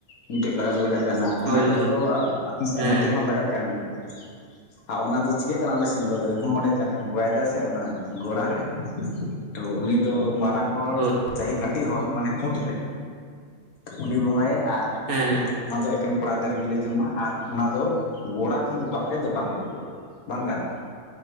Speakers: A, on the left; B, on the right.
A: ᱢᱤᱫ ᱴᱮᱡ ᱠᱟᱞᱚᱴ ᱞᱟᱜᱟᱜ ᱠᱟᱱᱟ
B: ᱦᱳᱭ
A: ᱚᱱᱟ ᱠᱚᱫᱚ
B: ᱦᱳᱭ
A: ᱟᱞᱮ ᱥᱮᱫ
B: ᱦᱮᱸ
A: ᱱᱚᱛᱮ ᱦᱚᱸᱼᱼ ᱞᱟᱜᱟᱜ ᱠᱟᱱ ᱜᱮᱭᱟ, ᱟᱨ ᱚᱱᱟ ᱫᱚ ᱪᱤᱠᱟᱹᱜ ᱠᱟᱱᱟ ᱟᱞᱮ ᱥᱮᱱ ᱫᱚ ᱡᱚᱠᱷᱚᱱ ᱚᱸᱰᱮ ᱡᱟᱦᱟᱸᱼᱼ ᱵᱚᱸᱜᱟᱭᱮᱫᱟ ᱥᱮ ᱚᱱᱟ ᱜᱚᱲᱟ ᱨᱮ ᱛᱚ ᱩᱱᱤ ᱫᱚ ᱢᱟᱼᱼ ᱨᱟᱝ ᱦᱚᱲ
B: ᱦᱳᱭ
A: ᱪᱟᱦᱤ ᱠᱟᱹᱴᱤᱡ ᱦᱚᱲ ᱢᱟᱱᱮ ᱠᱷᱩᱸᱴ ᱨᱮ ᱩᱱᱤ ᱵᱚᱸᱜᱟᱭᱟ ᱟᱨᱼᱼ
B: ᱦᱮᱸ ᱦᱮᱸ
A: ᱚᱱᱟ ᱫᱚ ᱮᱠᱮᱱ ᱠᱚᱲᱟ ᱜᱤᱫᱟᱹᱨ ᱜᱮᱞᱮ ᱡᱚᱢᱟ ᱟᱨᱼᱼ ᱚᱱᱟ ᱫᱚ ᱜᱚᱲᱟ ᱠᱷᱚᱱ ᱫᱚ ᱵᱟᱦᱨᱮ ᱫᱚ ᱵᱟᱝ ᱩᱰᱩᱠᱚᱜ ᱵᱟᱝ ᱜᱟᱱᱚᱜᱼᱟ᱾